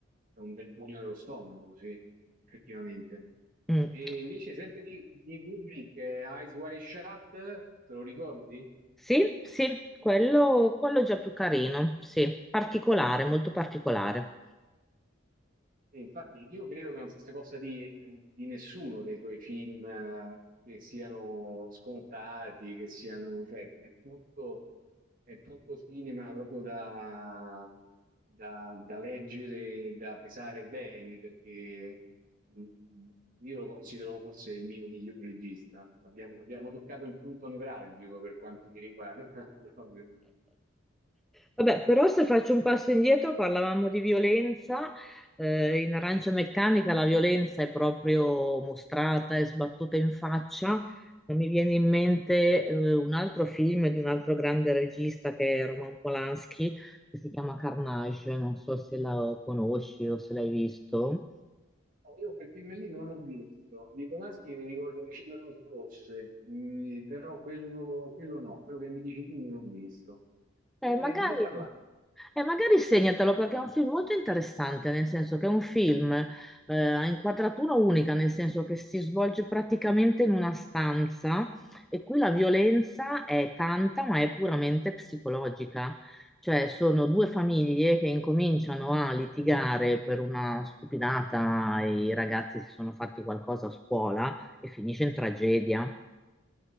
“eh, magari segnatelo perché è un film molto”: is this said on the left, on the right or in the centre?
Centre